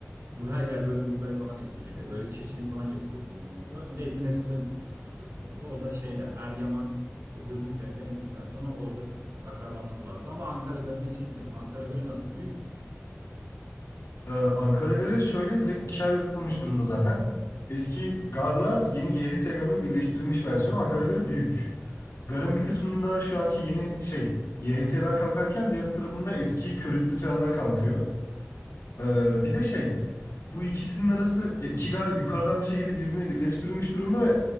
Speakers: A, on the right (about 75°); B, on the left (about 80°).
A: Bu her yer böyle buğday falan ekiliydi. Böyle çiftçilik falan yapılıyor sanırım orada. Bir de Etimesgut'a gi- gitme fırsatım oldu. O da şeyde Eryaman e, hızlı treninden indikten sonra orada bir akrabamız vardı. Ama Ankara Garı'na hiç gitmedim. Ankara Garı nasıl? Büyük mü?
B: Ee, Ankara Garı şöyle direkt ikiye ayrılmış durumda zaten. Eski garla yeni YHT garının birleştirilmiş versiyonu Ankara Garı büyük. Garın bir kısmında şu anki yeni şey YHT'ler kalkarken diğer tarafında eski körüklü trenler kalkıyor. Ee, bir de şey bu ikisinin arası ya iki gar yukarıdan bir şekilde birbirine birleştirilmiş durumda ve